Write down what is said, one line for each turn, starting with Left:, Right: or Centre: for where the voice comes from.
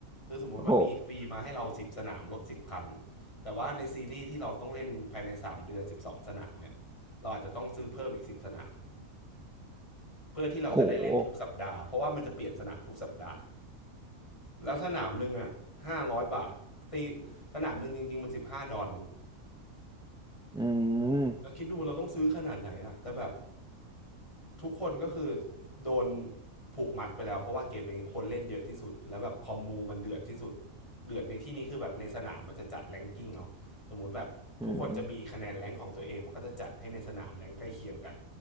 Left: คือสมมติว่ามีฟรีมาให้เราสิบสนามรถสิบคัน
Centre: โห
Left: แต่ว่าในซีรีส์ที่เราต้องเล่นภายในสามเดือนสิบสองสนามเนี่ยเราอาจจะต้องซื้อเพิ่มอีกสิบสนาม เพื่อที่เราจะได้เล่นทุกสัปดาห์เพราะว่ามันจะเปลี่ยนสนามทุกสัปดาห์
Centre: โห
Left: แล้วสนามหนึ่งอ่ะห้าร้อยบาทตีสนามหนึ่งจริงๆมันสิบห้าดอล
Centre: อืม
Left: คิดดูเราต้องซื้อขนาดไหนอ่ะแต่แบบ ทุกคนก็คือโดนผูกมัดไปแล้วเพราะว่าเกมนี้คนเล่นเยอะที่สุดแล้วแบบคอมมูมันเดือดที่สุดเดือดในที่นี้คือแบบในสนามมันจะจัดแรงกิ้งเนาะสมมุติแบบทุกคนจะมีคะแนนแรงของตัวเองมันก็จะจัดให้ในสนามแรงใกล้เคียงกัน
Centre: อืมอืม